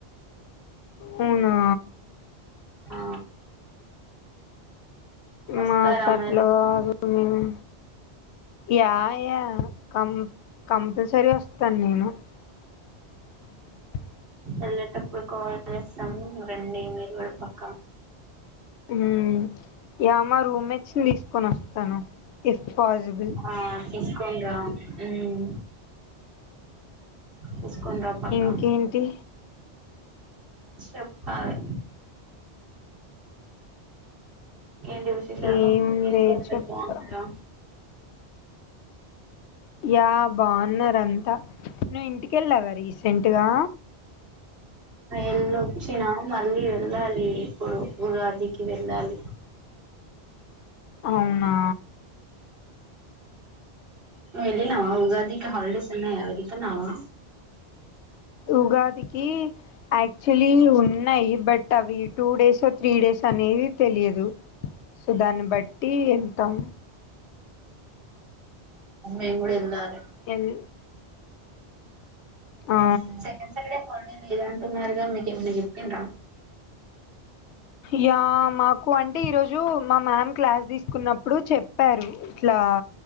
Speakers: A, on the left; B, on the right.
A: అవునా...
B: ఆ.. వస్తారా
A: మాకు అట్లా
B: మీరు కూడా
A: కాదు మేము యా యా కం కంప ల్ సరి వస్తాన్ నేను <inaudible>
B: ఎళ్ళేటప్పుడ్ కాల్ జెస్తము రండి మీరు కూడా పక్క
A: మ్మ్. య మా రూమెట్స్ శిందిస్ తీస్ కొనస్తాను ఇస్ పాసిబుల్
B: ఆ తీసుకొని రా ఉమ్ తీసుకొని రా పక్క
A: ఇంకేంటి
B: చెప్పాలి ఎ విశేషాలు
A: ఏంది
B: మీ ఇంట్లో అందరు
A: చెప్తా
B: బాగున్నారా
A: యా బాగున్నారు అంత్ తా నువ్వు ఇంటికెళ్ళావా రీసెంటుగా
B: ఎల్ళొచ్చినా మళ్ళీ వెళ్ళాలి ఇప్పుడు ఉగాదికి వెళ్ళాలి
A: అవునా
B: ఉమ్ వెళ్ళీనావా ఉగాదికి హాలిడేస్ ఉన్నయా వెళ్తున్నావా
A: ఉగాదికి యాక్చువలీ ఉన్నాయి బట్ అవి టూ డేస్ త్రీ డేస్ అనేవి తెలియదు సో దాన్ని బట్టి వెళ్తాం
B: నేను కూడా వెళ్ళాలి
A: ఎల్ ఆ
B: ఊ సెకండ్ సాటర్డే హాలిడే లేదంటున్నారుగా మీకేమన్న చెప్పండ్రా
A: యా మాకు అంటే ఈరోజు మా మ్యామ్ క్లాస్ తీసుకున్నప్పుడు చెప్పారు ఇట్ల అ